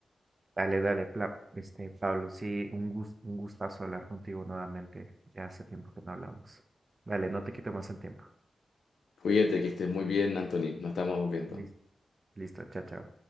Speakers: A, on the right (about 30°); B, on the left (about 85°).
A: Dale, dale, Pla- este, Pablo, sí, un gus- un gustazo hablar contigo nuevamente. Ya hace tiempo que no hablamos. Dale, no te quito más el tiempo.
B: Cuídate, que estés muy bien, Anthony. Nos estamos viendo.
A: Listo, listo, chao, chao.